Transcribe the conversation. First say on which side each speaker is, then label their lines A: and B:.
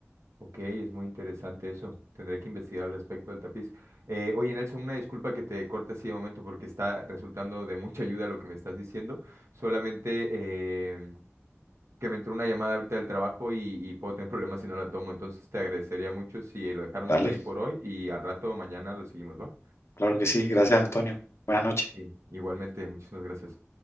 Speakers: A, on the right; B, on the left.
A: Ok, es muy interesante eso. Tendré que investigar al respecto del tapiz. Eh, oye, Nelson, una disculpa que te corte así de momento porque está resultando de mucha ayuda lo que me estás diciendo. Solamente eh, que me entró una llamada ahorita del trabajo y, y puedo tener <laughs> problemas si no la tomo. Entonces te agradecería mucho si lo dejáramos
B: Dale,
A: ahí por hoy y al rato mañana lo seguimos, ¿va?
B: claro que sí, gracias Antonio. Buenas noches.
A: Sí. Igualmente, muchísimas gracias.